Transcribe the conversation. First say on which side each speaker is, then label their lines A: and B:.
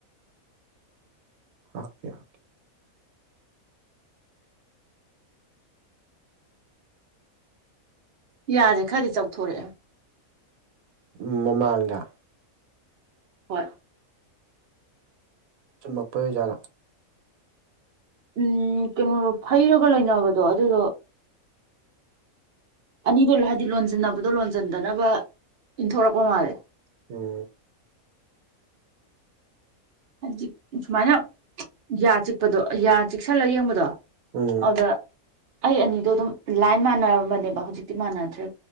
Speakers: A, on the right; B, on the right.
A: ꯑꯥꯛꯀꯤꯌꯥ
B: ꯌꯥꯔꯦ ꯈꯔꯗꯤ ꯆꯥꯎꯊꯣꯔꯛꯑꯦ
A: ꯎ ꯃꯃꯥꯡꯒ
B: ꯍꯣꯏ
A: ꯆꯨꯝꯃꯛꯄ ꯑꯣꯏ ꯖꯥꯂꯥ
B: ꯎꯝ ꯀꯩꯅꯣꯗꯣ ꯐꯩꯔꯒ ꯂꯩꯅꯕꯗꯣ ꯑꯗꯨꯗꯣ ꯑꯅꯤꯗꯣ ꯍꯥꯏꯗꯤ ꯂꯣꯟꯁꯤꯟꯅꯕꯗꯣ ꯂꯣꯟꯁꯤꯟꯗꯅꯕ ꯏꯟꯊꯣꯔꯛꯄ ꯃꯥꯜꯂꯦ
A: ꯎꯝ
B: ꯍꯧꯖꯤ ꯁꯨꯃꯥꯏꯅ ꯌꯥ ꯆꯤꯛꯄꯗꯣ ꯌꯥ ꯆꯤꯛꯁꯜꯂ ꯌꯦꯡꯕꯗꯣ
A: ꯎꯝ
B: ꯑꯗ ꯑꯩ ꯑꯅꯤꯗꯣ ꯑꯗꯨꯝ ꯂꯥꯏꯟ ꯃꯥꯟꯅꯔꯝꯕꯅꯦꯕ ꯍꯧꯖꯤꯛꯇꯤ ꯃꯥꯟꯅꯗ꯭ꯔꯦ